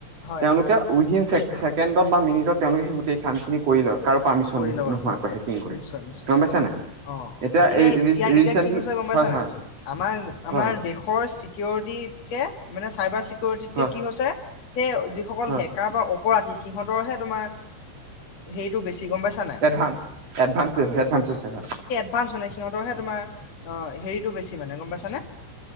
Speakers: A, on the left (about 50°); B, on the right (about 40°).
A: হয়
B: তেওঁলোকে উইদিন ছেকেণ্ডত বা মিনিটত তেওঁলোকে সেই গোটেই কাম খিনি কৰি লয় কাৰো পাৰ্মিশন
A: কৰি ল'ব
B: নোহোৱাকৈ
A: হয় হয়
B: হেকিং কৰি
A: নিশ্চয় নিশ্চয়
B: গম পাইছা নাই
A: অ
B: এতিয়া
A: গতিকে এতিয়া এতিয়া
B: ৰিচেণ্টলি
A: কি হৈছে গম পাইছা
B: হয়
A: নাই
B: হয়
A: আমাৰ আমাৰ
B: হয়
A: দেশৰ চিকিউৰিটি কে মানে চাইবাৰ <unintelligible>
B: হয়
A: কে কি হৈছে সেই যিসকল
B: হয়
A: শে কাৰবাৰ অপৰাধী সিহঁতৰে হে তোমাৰ হেৰিটো বেছি গম পাইছা
B: এডভান্স এডভান্স এডভান্স হৈছে হয়
A: <unintelligible> পাঁচ মানে সিহঁতৰহে তোমাৰ অ হেৰিতটো বেছি মানে গম পাইছানে